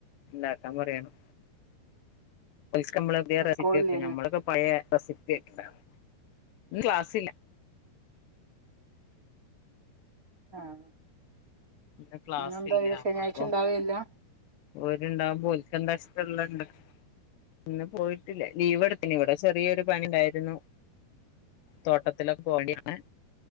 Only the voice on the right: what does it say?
സ്കൂളില്ലേനോ
ആഹ്
ഇന്നെന്താ ശനിയാഴ്ച
ഉണ്ടാവേയില്ല